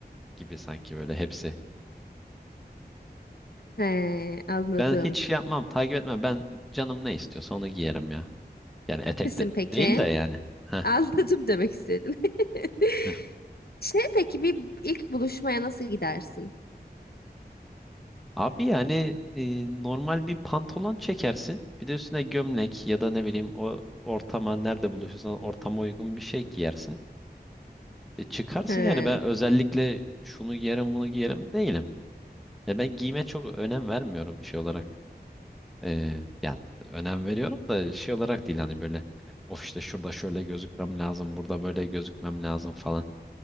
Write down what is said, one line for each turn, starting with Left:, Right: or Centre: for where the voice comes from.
Centre: gibi sanki böyle hepsi.
Left: He, anladım.
Centre: Ben hiç şey yapmam, takip etmem. Ben canım ne istiyorsa onu giyerim ya. Yani etek
Left: Misin
Centre: de
Left: peki?
Centre: değil de yani. Heh,
Left: Anladım demek istedin. <laughs>
Centre: heh.
Left: Şey peki bir ilk buluşmaya nasıl gidersin?
Centre: Abi yani e, normal bir pantolon çekersin. Bir de üstüne gömlek ya da ne bileyim o ortama nerede buluşursan ortama uygun bir şey giyersin. E çıkarsın
Left: He,
Centre: yani ben özellikle şunu giyerim bunu giyerim değilim. Ya ben giyime çok önem vermiyorum şey olarak. Ee, ya önem veriyorum da şey olarak değil hani böyle of işte şurada şöyle gözükmem lazım burada böyle gözükmem lazım falan.